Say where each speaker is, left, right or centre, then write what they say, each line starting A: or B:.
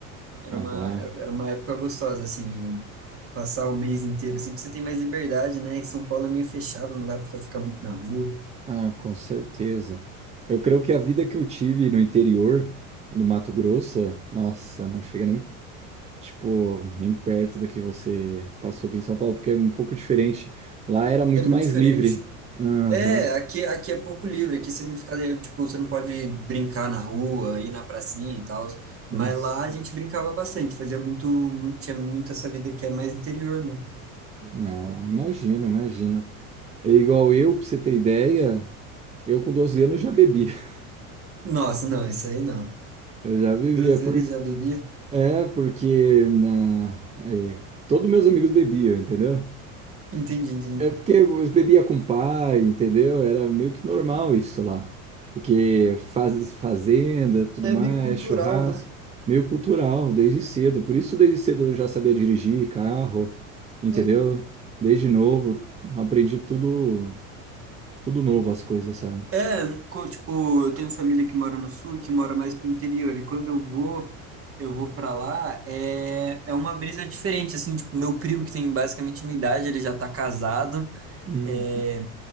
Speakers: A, on the right (about 30°); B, on the right (about 15°).
A: Era
B: Ah,
A: uma,
B: dá.
A: era uma época gostosa, assim, passar o mês inteiro, assim, que você tem mais liberdade, né? São Paulo é meio fechado, não dá pra ficar muito na rua.
B: Ah, com certeza. Eu creio que a vida que eu tive no interior do Mato Grosso, nossa, não chega nem, tipo, nem perto do que você passou aqui em São Paulo, porque é um pouco diferente. Lá era muito
A: É muito
B: mais
A: diferente.
B: livre. Aham.
A: É, aqui, aqui é pouco livre, aqui você tem que ficar, tipo, você não pode brincar na rua, ir na pracinha e tal, mas
B: Nossa.
A: lá a gente brincava bastante, fazia muito, muito, tinha muito essa vida que é mais interior, né?
B: Ah, imagina, imagina. É igual eu, pra você ter ideia. Eu com 12 anos já bebia. <laughs>
A: Nossa, não, isso aí não.
B: Eu já bebia.
A: 12
B: Por...
A: anos já bebia?
B: É, porque na... é, todos meus amigos bebiam, entendeu?
A: Entendi, entendi.
B: É porque eu bebia com o pai, entendeu? Era meio que normal isso lá. Porque faz... fazenda, tudo
A: É
B: mais,
A: meio cultural,
B: churrasco,
A: né?
B: meio cultural, desde cedo. Por isso, desde cedo eu já sabia dirigir carro, entendeu?
A: É.
B: Desde novo, aprendi tudo, tudo novo as coisas, sabe?
A: É, co- tipo, eu tenho família que mora no sul, que mora mais pro interior, e quando eu vou, eu vou pra lá, é, é uma brisa diferente, assim, tipo, meu primo, que tem basicamente minha idade, ele já tá casado,
B: Hum.
A: é,